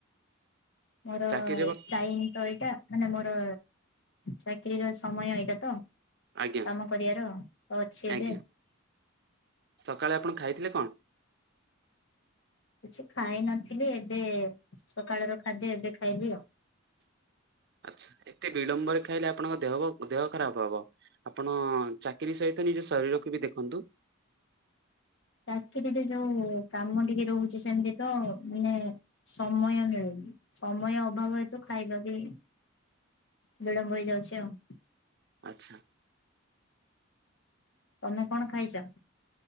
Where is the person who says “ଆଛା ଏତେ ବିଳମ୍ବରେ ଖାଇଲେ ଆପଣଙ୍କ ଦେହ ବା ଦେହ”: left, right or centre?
Right